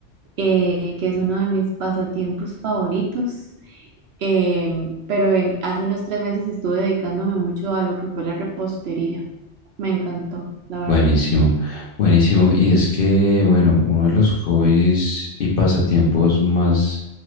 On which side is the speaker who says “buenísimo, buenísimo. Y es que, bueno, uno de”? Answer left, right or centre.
Left